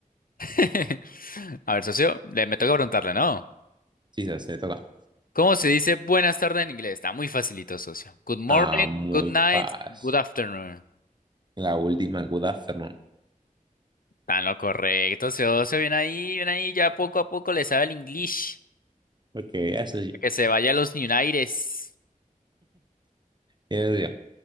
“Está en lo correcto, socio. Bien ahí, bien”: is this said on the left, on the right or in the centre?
Left